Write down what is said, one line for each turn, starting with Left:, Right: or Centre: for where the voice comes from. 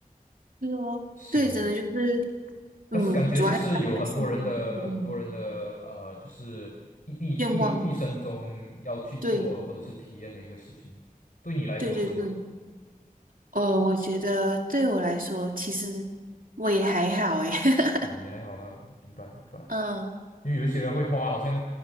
Right: 对哦，
Left: 是，
Right: 对，真的就是
Left: 但是感觉就是有很多人的很多人的呃，
Right: 嗯，主要概是嗯
Left: 就是一毕毕毕生中要去做或者是体验的一个事情，
Right: 愿望。对，
Left: 对你来说是吗？
Right: 对对对，呃，我觉得对我来说，其实我也还好诶。<laughs>
Left: 哦，你还好啦，明白明白。
Right: 嗯
Left: 因为有一些人会花好像